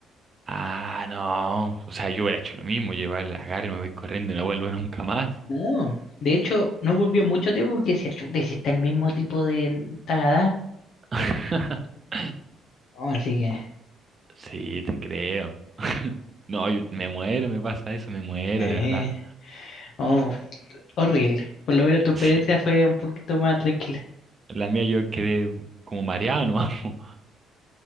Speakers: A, on the right; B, on the left.
A: Ah, no. O sea, yo hubiera hecho lo mismo, llevar la agarre, me voy corriendo y no vuelvo nunca más.
B: No. De hecho, no volvió mucho tiempo porque si, chuta, y si está el mismo tipo del Tagadá.
A: <laughs>
B: No, así que.
A: Sí, te creo. <laughs> No, yo me muero, me pasa eso, me muero,
B: Eh,
A: de verdad.
B: oh, horrible. Por lo menos tu experiencia
A: Sí.
B: fue un poquito más tranquila.
A: La mía yo quedé como mareado, ¿no? <laughs>